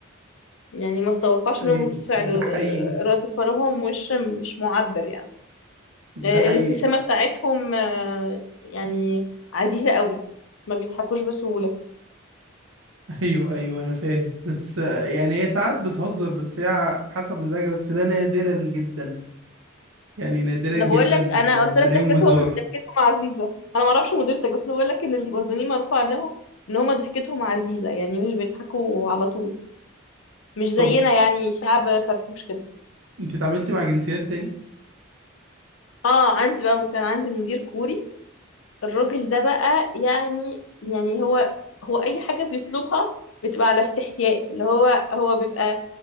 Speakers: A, on the left; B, on the right.
A: يعني ما تتوقعش
B: ايوه
A: منهم ردود فعل
B: ده
A: آه،
B: حقيقي
A: رد فعلهم وش مش معبر يعني
B: ده
A: آه،
B: حقيقي
A: الابتسامة بتاعتهم آه، يعني عزيزة قوي ما بيضحكوش بسهولة
B: ايوه ايوه انا فاهم بس آه، يعني هي ساعات بتهزر بس هي حسب مزاجها بس ده نادرا جدا يعني نادرا
A: انا
B: جدا
A: بقول لك
B: لما
A: انا قلت لك
B: بلاقيهم
A: ضحكتهم
B: هزار
A: ضحكتهم عزيزة انا ما اعرفش مديرتك بس انا بقول لك ان الأردنيين معروف عنهم ان هما ضحكتهم عزيزة يعني مش بيضحكوا على طول مش زينا
B: طب
A: يعني شعب فرفوش كده
B: انت اتعاملتي مع جنسيات تاني
A: اه عندي بقى كان عندي مدير كوري الراجل ده بقى يعني يعني هو هو اي حاجه بيطلبها بتبقى على استحياء اللي هو هو بيبقى